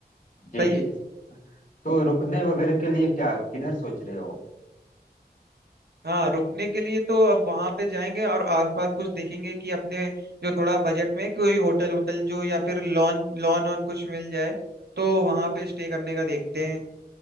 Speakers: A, on the left; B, on the right.
A: जी
B: सही
A: जी
B: है
A: तो रुकने वगैरह के लिए क्या किधर सोच रहे हो
B: हाँ रुकने के लिए तो अब वहां पे जाएंगे और आसपास कुछ देखेंगे कि अपने जो थोड़ा बजट में कोई होटल होटल जो या फिर लॉन लॉन ऑन कुछ मिल जाए तो वहां पे स्टे करने का देखते हैं